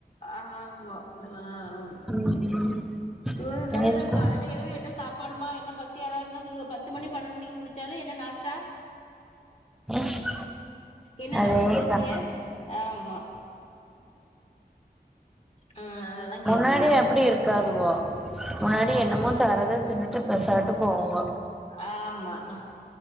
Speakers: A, on the left; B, in the centre.
A: ஆமா ஆமா
B: ம்
A: இவ்ங்க கவலை
B: இனி
A: என்ன
B: ஸ்கூ
A: காலைல எழும்பி என்ன சாப் பாடுமா என்ன பசி யாரா இருந்தா இவ்ங்க பத்து மணி பன்னெண்டு மணிக்கு முழுச்சாலு என்ன நாஸ்டா
B: <unintelligible>
A: என்ன
B: அதேதா
A: லஞ்ச்சு செஞ்சியா ஆமா ஆ அததா
B: முன்னாடி
A: கேக்குதுவோ
B: அப்பிடி இருக்காதுமா முன்னாடி என்னமோ தரத தின்னுட்டு பெசாட்டு போவாங்க
A: ஆமா அ